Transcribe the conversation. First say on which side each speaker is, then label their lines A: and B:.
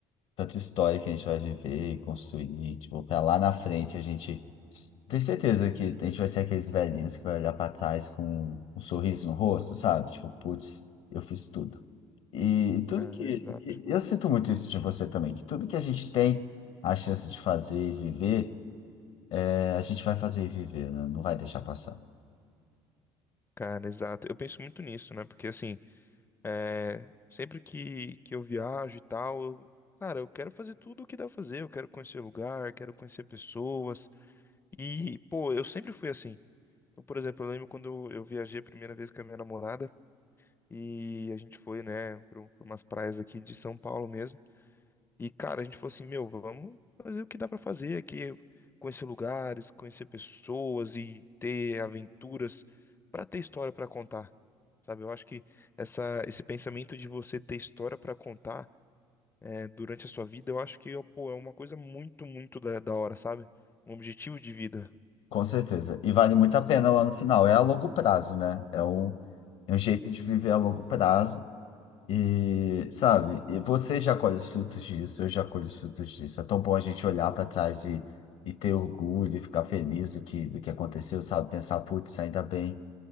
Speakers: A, on the left; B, on the left.
A: tanta história que a gente vai viver e construir, tipo, pra lá na frente a gente tem certeza que a gente vai ser aqueles velhinhos que vai olhar pra trás com um sorriso no rosto, sabe? Tipo, putz, eu fiz tudo. E tudo
B: Cara,
A: que,
B: exato.
A: que- eu sinto muito isso de você também, que tudo que a gente tem a chance de fazer e viver, é, a gente vai fazer e viver, né? Não vai deixar passar.
B: Cara, exato. Eu penso muito nisso, né? Porque assim, é, sempre que, que eu viajo e tal, eu- cara, eu quero fazer tudo o que dá pra fazer. Eu quero conhecer lugar, quero conhecer pessoas. E, pô, eu sempre fui assim. Então, por exemplo, eu lembro quando eu viajei a primeira vez com a minha namorada e a gente foi, né, para umas praias aqui de São Paulo mesmo. E, cara, a gente falou assim, meu, vamos fazer o que dá pra fazer aqui, conhecer lugares, conhecer pessoas e ter aventuras pra ter história pra contar. Sabe, eu acho que essa, esse pensamento de você ter história pra contar é, durante a sua vida, eu acho que pô, é uma coisa muito, muito da, da hora, sabe? Um objetivo de vida.
A: Com certeza. E vale muito a pena lá no final. É a longo prazo, né? É um, é um jeito de viver a longo prazo. E, sabe, e você já colhe os frutos disso, eu já colho os frutos disso. É tão bom a gente olhar para trás e, e ter orgulho e ficar feliz do que, do que aconteceu, sabe? Pensar, putz, ainda bem